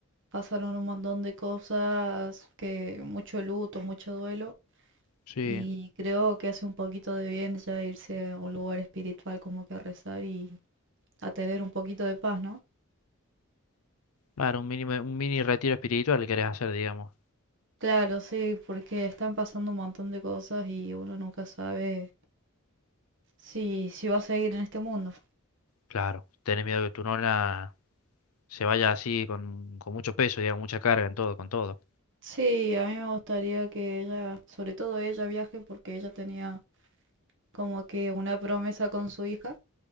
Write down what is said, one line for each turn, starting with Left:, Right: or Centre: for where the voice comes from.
Right: pasaron un montón de cosas, que mucho luto, mucho duelo,
Left: Sí,
Right: y creo que hace un poquito de bien ya irse a un lugar espiritual como que a rezar y a tener un poquito de paz, ¿no?
Left: claro, un mini, un mini retiro espiritual querés hacer, digamos.
Right: Claro, sí, porque están pasando un montón de cosas y uno nunca sabe si, si va a seguir en este mundo.
Left: Claro, tenés miedo que tu nona se vaya así con, con mucho peso, digamos, mucha carga en todo, con todo.
Right: Sí, a mí me gustaría que ella, sobre todo ella, viaje porque ella tenía como que una promesa con su hija